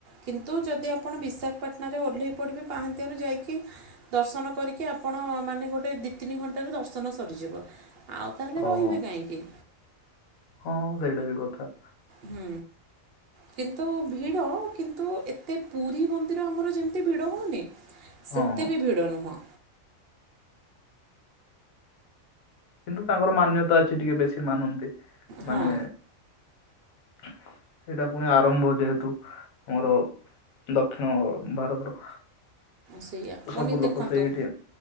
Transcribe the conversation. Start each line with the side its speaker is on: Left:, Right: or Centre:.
Right: କିନ୍ତୁ ଯଦି ଆପଣ ବିଶାଖାପାଟଣାରେ ଓହ୍ଲେଇ ପଡ଼ିବେ ପାହାନ୍ତିଆରୁ ଯାଇକି। ଦର୍ଶନ କରିକି ଆପଣ ମାନେ ଗୋଟେ ଦି ତିନି ଘଣ୍ଟାରେ ଦର୍ଶନ ସରିଯିବ। ଆଉ ତାହେଲେ ରହିବେ
Left: ଓହୋ
Right: କାହିଁକି?
Left: ହଁ ସେଇଟା ବି କଥା।
Right: ହୁଁ। କିନ୍ତୁ ଭିଡ଼ କିନ୍ତୁ ଏତେ ପୁରୀ ମନ୍ଦିର ଆମର ଯେମତି ଭିଡ଼ ହଉନି! ସେତେ
Left: ହଁ ହଁ
Right: ବି ଭିଡ଼ ନୁହଁ।
Left: କିନ୍ତୁ ତାଙ୍କର ମାନ୍ୟତା ଅଛି ଟିକେ ବେଶୀ ମାନନ୍ତି।
Right: ହଁ
Left: ମାନେ ସେଇଟା ପୁଣି ଆରମ୍ଭ ଯେହେତୁ ଆମର ଦକ୍ଷିଣ ଭାରତର।
Right: ସେଇଆ ପୁଣି
Left: ସବୁ
Right: ଦେଖନ୍ତୁ
Left: ଲୋକ ସେଇଠି